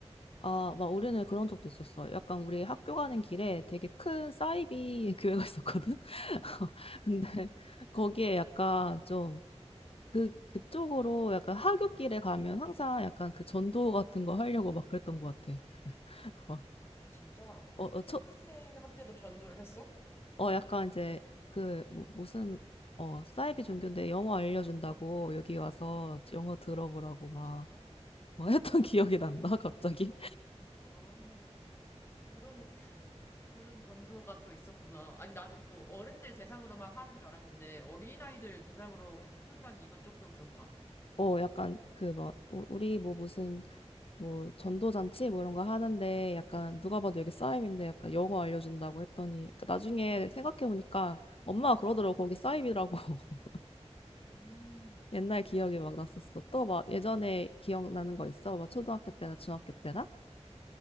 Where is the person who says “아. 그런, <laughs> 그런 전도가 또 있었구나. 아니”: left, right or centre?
Left